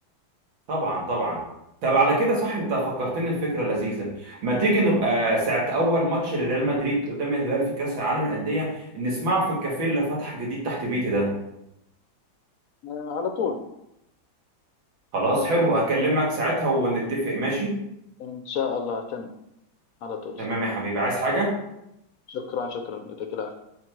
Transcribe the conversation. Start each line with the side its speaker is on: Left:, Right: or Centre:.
Right: طبعا طبعا طب على كده صح انت فكرتني الفكره لذيذه ما تيجي نبقى ساعه اول ماتش لريال مدريد قدام الهلال في كاس العالم للانديه نسمعه في الكافيه اللي فتح جديد تحت بيتي ده
Left: آه، على طول
Right: خلاص
Left: على
Right: حلو
Left: طول
Right: هكلمك ساعتها
Left: على
Right: ونتفق
Left: طول
Right: ماشي
Left: ان شاء الله تم على طول
Right: تمام يا حبيبي عايز حاجه
Left: شكرا شكرا يعطيك العافية